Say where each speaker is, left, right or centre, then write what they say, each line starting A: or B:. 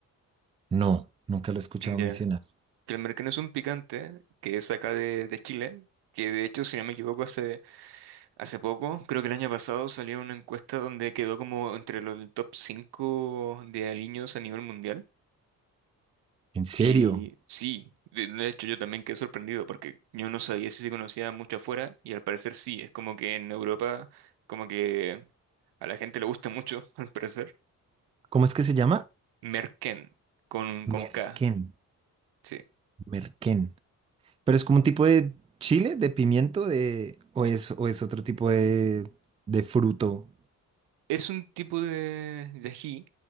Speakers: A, on the right (about 15°); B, on the right (about 70°).
A: No, nunca lo he escuchado
B: ya,
A: mencionar.
B: Que el merquén es un picante que es acá de, de Chile, que de hecho, si no me equivoco, hace, hace poco, creo que el año pasado salió una encuesta donde quedó como entre los del top 5 de aliños a nivel mundial.
A: ¿En serio?
B: Y sí, de de hecho yo también quedé sorprendido porque yo no sabía si se conocía mucho afuera y al parecer sí, es como que en Europa como que a la gente le gusta mucho, <laughs> al parecer.
A: ¿Cómo es que se llama?
B: Merquén, con, con
A: Merquén,
B: K, sí.
A: merquén. Pero es como un tipo de chile, de pimiento, de... o es, o es otro tipo de, de fruto.
B: Es un tipo de, de ají,